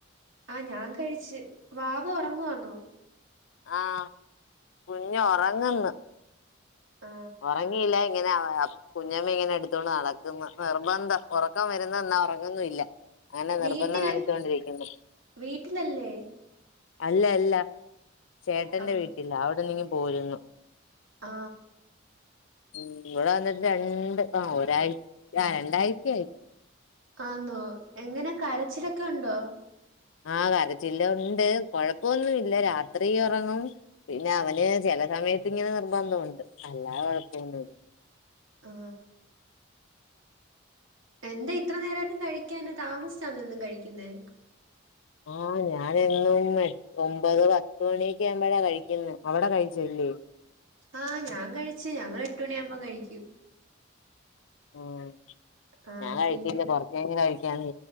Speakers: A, on the right; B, on the left.
A: ആ ഞാൻ കഴിച്ച് വാവ ഒറങ്ങുവാന്നോ?
B: ആ കുഞ്ഞൊറങ്ങന്ന്.
A: ആ
B: ഒറങ്ങീല <unintelligible> കുഞ്ഞമ്മ ഇങ്ങനെ എടുത്തോണ്ട് നടക്ക്ന്ന് നിർബന്ധം ഒറക്കം വരുന്നെന്നാ ഒറങ്ങൊന്നുല്ല. അങ്ങനെ
A: വീട്ടില്
B: നിർബന്ധം കാണിച്ചൊണ്ടിരിക്കുന്നു.
A: വീട്ടിലല്ലേ
B: അല്ല അല്ല ചേട്ടന്റെ
A: ആ
B: വീട്ടിലാ അവിടിന്നിങ്ങ് പോരുന്നു.
A: ആ
B: ഉം ഇവിടെ വന്നിട്ട് രണ്ട് ആ ഒരാ ആ രണ്ടാഴ്ചായി.
A: ആന്നോ എങ്ങനെ കരച്ചിലൊക്കെ ഒണ്ടോ?
B: ആ കരച്ചിലോണ്ട് കൊഴപ്പൊന്നുല്ല രാത്രി ഒറങ്ങും പിന്നെ അവന് ചെൽ ചെല സമേത്തിങ്ങനെ നിർബന്ധോണ്ട് അല്ലാതെ കൊഴപ്പൊന്നുല്ല.
A: ആ എന്താ ഇത്ര നേരായിട്ടും കഴിക്കാനെ താമസ്ച്ചാന്നോ എന്നും കഴിക്കുന്നെ?
B: ആ ഞാനെന്നും എട്ട് ഒമ്പത് പത്ത് മണിയൊക്കെ ആവുമ്പഴാ കഴിക്കുന്നെ അവടെ കഴിച്ചഴിഞ്ഞോ? ഉം
A: ആ ഞാൻ കഴിച്ച് ഞങ്ങളെട്ടുമണി ആവുമ്പ കഴിക്കും.
B: ഉം
A: ആ
B: ഞാൻ കഴിച്ചില്ല
A: പിന്നെ
B: കൊറച്ചഴിഞ്ഞ് കഴി